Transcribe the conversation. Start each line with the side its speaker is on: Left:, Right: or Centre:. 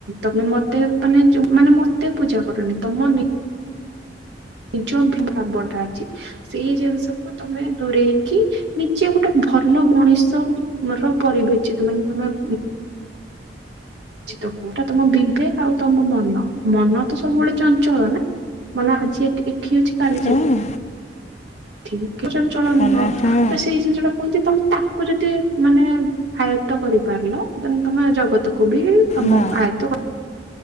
Right: ତମେମତେ ତମେ ମାନେ ମତେ ପୂଜା କରୁନି ତମ ନିଜ ବି ଭାବଟା ଅଛି ସେଇ ଜିନିଷକୁ ତମେ ଦୂରେଇକି। ନିଜେ ଗୋଟେ ଭଲ ମଣିଷ ର ପରିବେଚିତ ମାନେ ତମେ <unintelligible> ତମ ବିବେକ ଆଉ ତମ ମନ ମନ ତ ସବୁବେଳେ ଚଞ୍ଚଳ ନା। ମାନେ ଆଜି ଏକି ଅଛି କାଲି
Left: ହଁ
Right: ସେଠି। ଠିକ କି ଚଞ୍ଚଳ ନୁହଁ
Left: ଅନା ହଁ
Right: ତ ସେଇ ଜିନିଷଟା। କୁହନ୍ତି ତମେ ତାକୁ ଯଦି ମାନେ ଆୟତ କରିପାରିଲ ଦେନ୍ ତମେ ଜଗତକୁୁ ବି <unintelligible>
Left: ହଁ